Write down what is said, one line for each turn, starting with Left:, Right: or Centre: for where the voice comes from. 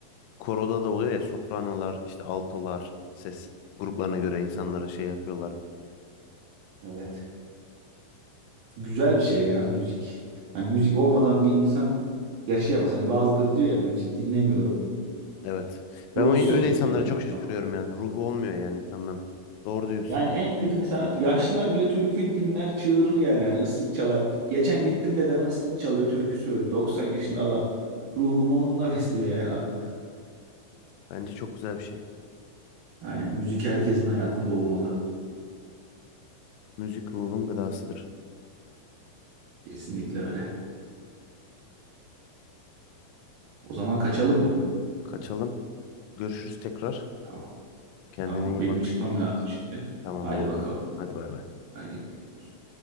Left: koroda da oluyor ya sopranolar, işte altolar ses gruplarına göre insanları şey yapıyorlar.
Right: Evet. Güzel bir şey ya müzik. Hani müzik olmadan bir insan yaşayamaz. Hani bazıları diyor ya müzik dinlemiyorum.
Left: Evet. Ben
Right: Ruhsuz
Left: o- öyle
Right: yani
Left: insanlara
Right: bence
Left: çok şaşırıyorum
Right: o zaman.
Left: yani. Ruhu olmuyor yani insanların. Doğru diyorsun.
Right: Yani en kötü mesela yaşlılar bile türkü dinler çığırır yani yani ıslık çalar. Geçen gittim dedeme ıslık çalıyor türkü söylüyor. 90 yaşında adam. Ruhunu onunla <laughs> besliyor yani adam.
Left: Bence çok güzel bir şey.
Right: Aynen müzik herkesin hayatında olmalı.
Left: Müzik ruhun gıdasıdır.
Right: Kesinlikle öyle. O zaman kaçalım mı?
Left: Kaçalım. Görüşürüz tekrar.
Right: Tamam.
Left: Kendine
Right: Tamam
Left: iyi
Right: benim
Left: bak.
Right: çıkmam lazım şimdi.
Left: Tamam
Right: Haydi
Left: oldu.
Right: bakalım.
Left: Hadi bay bay.
Right: Haydi görüşürüz.